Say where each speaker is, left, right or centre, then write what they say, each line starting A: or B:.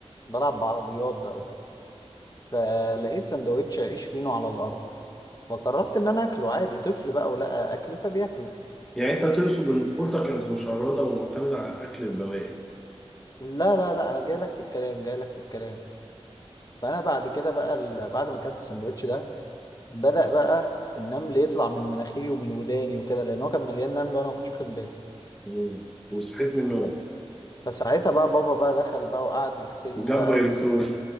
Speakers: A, on the left; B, in the centre.
A: بلعب بعربيات بقى وكده فلقيت سندوتش عيش فينو على الارض فقررت ان انا اكله عادي طفل بقى ولقى اكلي فبياكله
B: يعني أنت تقصد إن طفولتك كانت مشردة ومعتمدة على أكل البواقي
A: لا لا لا انا جاي لك في الكلام جاي لك في الكلام فانا بعد كده بقى ال- بعد ما اكلت السندوتش ده بدأ بقى النمل يطلع من مناخيري ومن وداني وكده لان هو كان مليان نمل وانا ما كنتش واخد بالي
B: مم. وصحيت من النوم
A: ف- فساعتها بقى بابا بقى دخل بقى وقعد يغسلني
B: وجاب
A: بقى
B: دايلسون <laughs>